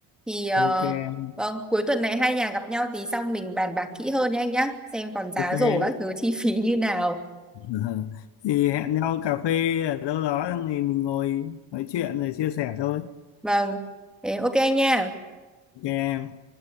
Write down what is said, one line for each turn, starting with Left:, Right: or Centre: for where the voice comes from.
Centre: Thì ờ,
Left: ok em,
Centre: vâng, cuối tuần này hai nhà gặp nhau thì xong mình bàn bạc kỹ hơn nha anh nhá, xem còn giá
Left: ok <laughs>
Centre: rổ các thứ chi phí như nào.
Left: Ờ. thì hẹn nhau cà phê ở đâu đó xong thì mình ngồi nói chuyện rồi chia sẻ thôi
Centre: Vâng, thế ok anh nha.
Left: ok em.